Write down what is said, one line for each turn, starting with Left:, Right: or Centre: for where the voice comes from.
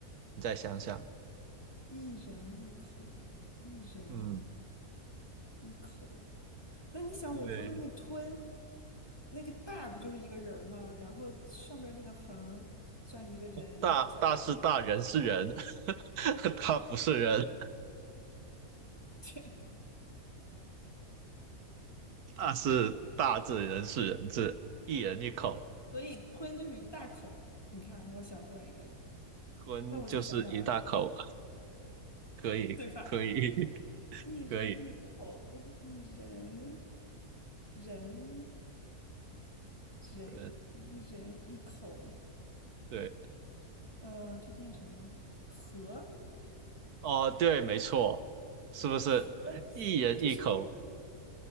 Right: 你再想想，
Left: 一人一口，一人
Right: 嗯，
Left: 一口。那你想我说的那个吞？
Right: 对，
Left: 那个大不就是一个人儿吗？然后上面那个横儿算一个人，
Right: 大大是大，
Left: 然后下边是一个
Right: 人是人，<laughs> 他不是人，
Left: 天，
Right: 大是大字，人是人字，一人一口，
Left: <laughs> 所以吞就是一大口。你看啊，我想出来一个，
Right: 吞就是一大口，
Left: 那我再想想啊，
Right: 可以，
Left: 对吧？
Right: 可以 <laughs>，
Left: 一人一口，
Right: 可以，
Left: 一人人人一人一口，
Right: 嗯，对。
Left: 呃，这念什么？和
Right: 哦，对，没错，是不是一人一口，
Left: 和，这这是